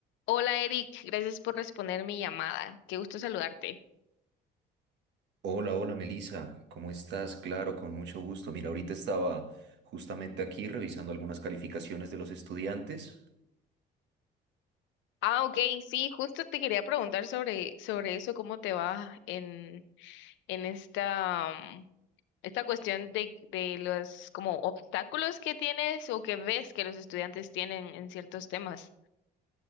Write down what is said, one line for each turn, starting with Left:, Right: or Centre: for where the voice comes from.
Left: Hola Eric, gracias por responder mi llamada. Qué gusto saludarte.
Right: Hola, hola Melissa, ¿cómo estás? Claro, con mucho gusto. Mira, ahorita estaba justamente aquí revisando algunas calificaciones de los estudiantes.
Left: Ah, ok, sí, justo te quería preguntar sobre, sobre eso, cómo te va en, en esta, mm, esta cuestión de, de los como obstáculos que tienes o que ves que los estudiantes tienen en ciertos temas.